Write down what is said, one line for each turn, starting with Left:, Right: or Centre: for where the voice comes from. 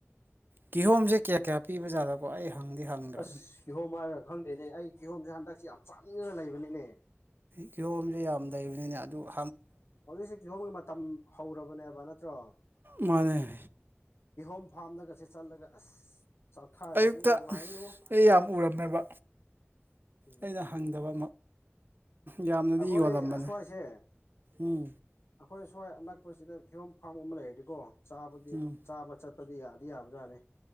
Right: ꯀꯤꯍꯣꯝꯁꯦ ꯀꯌꯥ ꯀꯌꯥ ꯄꯤꯕꯖꯥꯠꯅꯀꯣ ꯑꯩ ꯍꯪꯗꯤ ꯍꯪꯗ꯭ꯔꯕꯅꯤ
Left: ꯑꯁ ꯀꯤꯍꯣꯝ ꯍꯥꯏꯔꯒ ꯈꯪꯗꯦꯅꯦ ꯑꯩ ꯀꯤꯍꯣꯝꯁꯦ ꯍꯟꯗꯛꯁꯦ ꯌꯥꯝ ꯆꯥꯅꯤꯡꯉꯒ ꯂꯩꯕꯅꯤꯅꯦ
Right: ꯀꯤꯍꯣꯝꯁꯦ ꯌꯥꯝ ꯂꯩꯕꯅꯤꯅ ꯑꯗꯨꯒ
Left: ꯍꯧꯖꯤꯛꯁꯤ ꯀꯤꯍꯣꯡꯝꯒꯤ ꯃꯇꯝ ꯍꯧꯔꯕꯅꯦꯕ ꯅꯠꯇ꯭ꯔꯣ
Right: ꯃꯥꯅꯦ
Left: ꯏꯍꯣꯝ ꯐꯥꯝꯅꯒꯁꯦ ꯆꯠꯂꯒ ꯑꯁ ꯆꯥꯊꯔꯗꯤ
Right: ꯑꯌꯨꯛꯇ
Left: ꯅꯨꯡꯉꯥꯏꯅꯤꯕꯣ
Right: ꯑꯩ ꯌꯥꯝ ꯎꯔꯝꯃꯦꯕ
Left: ꯎꯝ
Right: ꯑꯩꯅ ꯍꯪꯗꯕ ꯌꯥꯝꯅꯗꯤ
Left: ꯑꯩꯈꯣꯏ
Right: ꯌꯣꯜꯂꯝꯕꯅꯦ
Left: ꯑꯁ꯭ꯋꯥꯏꯁꯦ
Right: ꯎꯝ
Left: ꯑꯩꯈꯣꯏ ꯁ꯭ꯋꯥꯏ ꯑꯅꯛꯄꯁꯤꯗ ꯀꯤꯍꯣꯝ ꯐꯥꯝ ꯑꯃ ꯂꯩꯔꯗꯤꯀꯣ ꯆꯥꯗꯤ
Right: ꯎꯝ
Left: ꯆꯥꯕ ꯆꯠ ꯗꯤ ꯌꯥꯗꯤ ꯌꯥꯕꯖꯥꯅꯦ